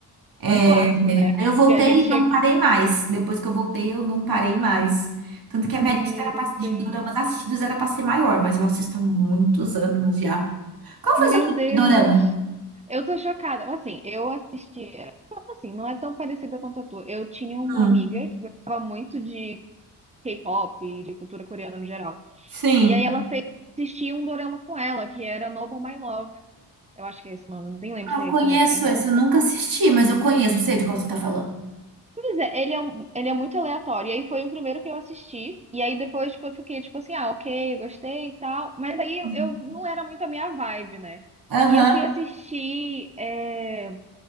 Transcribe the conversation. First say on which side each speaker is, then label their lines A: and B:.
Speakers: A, on the right (about 55°); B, on the right (about 15°).
A: É,
B: um clássico, né?
A: Aí eu voltei
B: Que a gente
A: e
B: chega.
A: não parei mais. Depois que eu voltei, eu não parei mais. Tanto que a
B: Meu
A: minha lista era pra, de
B: Deus!
A: doramas assistidos era pra ser maior, mas eu assisto há muitos anos já. Qual foi
B: Meu
A: seu primeiro
B: Deus!
A: dorama?
B: Eu tô chocada. Assim, eu assistia. Assim, não é tão parecida quanto a tua. Eu tinha uma
A: Hum,
B: amiga que gostava muito de K-pop e de cultura coreana no geral.
A: sim.
B: E aí ela fez assistir um dorama com ela, que era Noble My Love. Eu acho que é esse nome, nem lembro
A: Ah,
B: se
A: Eu
B: é
A: conheço
B: esse mesmo. É Noble.
A: esse, eu nunca assisti, mas eu conheço, eu sei de qual você tá falando.
B: Pois é, ele é, um- ele é muito aleatório. E aí foi o primeiro que eu assisti. E aí depois, tipo, eu fiquei tipo assim, ah, ok, eu gostei e tal. Mas aí eu,
A: Sim.
B: eu não era muito a minha vibe, né?
A: Aham.
B: E eu fui assistir. é,